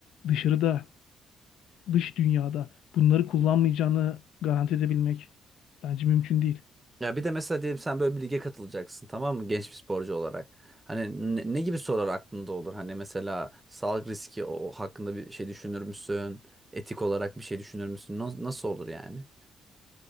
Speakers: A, on the left; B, on the right.
A: dışarıda, dış dünyada bunları kullanmayacağını garanti edebilmek bence mümkün değil.
B: Ya bir de mesela diyelim sen böyle bir lige katılacaksın tamam mı? Genç bir sporcu olarak. Hani ne, ne gibi sorular aklında olur? Hani mesela sağlık riski o hakkında bir şey düşünür müsün? Etik olarak bir şey düşünür müsün? Nas- Nasıl olur yani?